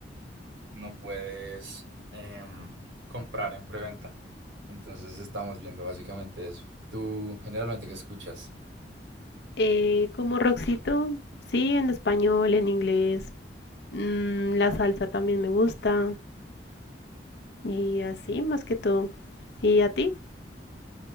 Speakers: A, on the right; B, on the left.
A: no puedes em, comprar en preventa. Entonces estamos viendo básicamente eso. ¿Tú generalmente qué escuchas?
B: Eh, como Roxito, sí, en español, en inglés. Mm, la salsa también me gusta y así más que todo. ¿Y a ti?